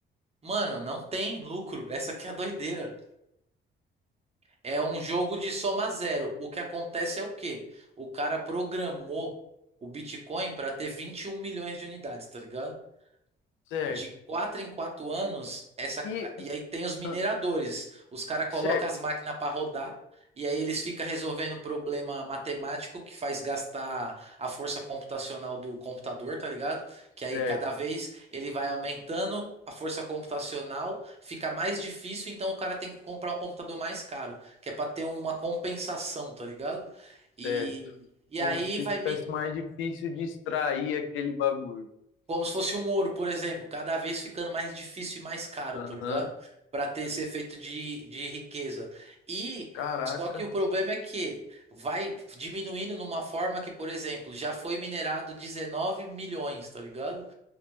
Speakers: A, on the right; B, on the left.
A: Mano, não tem lucro. Essa aqui é a doideira. É um jogo de soma zero. O que acontece é o quê? O cara programou o Bitcoin para ter 21 milhões de unidades, tá ligado?
B: Certo.
A: De quatro em quatro anos, essa,
B: E,
A: e aí tem os mineradores.
B: ah,
A: Os caras colocam
B: certo,
A: as máquinas para rodar, e aí eles ficam resolvendo problema matemático que faz gastar a força computacional do computador, tá ligado? Que aí
B: certo,
A: cada vez ele vai aumentando a força computacional, fica mais difícil, então o cara tem que comprar um computador mais caro, que é para ter uma compensação, tá ligado?
B: certo.
A: E, e
B: como
A: aí
B: se
A: vai,
B: tivesse mais difícil de extrair aquele bagulho.
A: como se fosse um ouro, por exemplo, cada vez ficando mais difícil e mais caro,
B: Aham.
A: tá ligado? Para ter esse efeito de, de riqueza. E
B: Caraca.
A: só que o problema é que vai diminuindo numa forma que, por exemplo, já foi minerado 19 milhões, tá ligado?